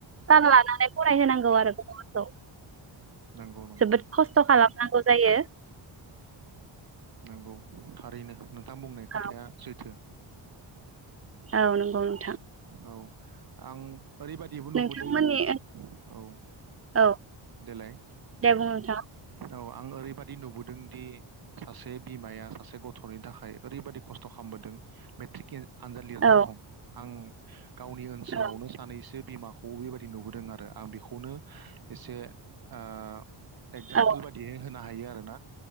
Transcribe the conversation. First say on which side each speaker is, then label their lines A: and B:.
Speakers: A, on the right; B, on the right.
A: थाल लानानै फरायहोनांगौ आरो गथफोरखौ
B: नंगौ नंगौ
A: जोबोद खस्थ खालाम नांगौ जायो
B: नंगौ थारैनो नों थां बुंनाय
A: औ
B: खोथाया सैथो
A: औ नंगौ नों
B: औ आं ओरैबाददिबो नुबोदों
A: नोंथांमोननि
B: औ
A: ओनसोल औ
B: देलाय
A: दे बुं नोंथां
B: औ आं ओरैबायाददि नुबोदों दि सासे बिमाया सासे गथनि थाखाय ओरैबायादि खस्थ खालामबोदों मेट्रिकेल आन्जाद लिरनायाव
A: औ
B: हम आं गावनि ओनसोलावनो
A: औ
B: सानैसो बिमाखौ बेबायदि नुबोदों आरो आं बेखौनो एसे ओ एगजामपोल
A: औ
B: बायदियै होनो हायो आ रोना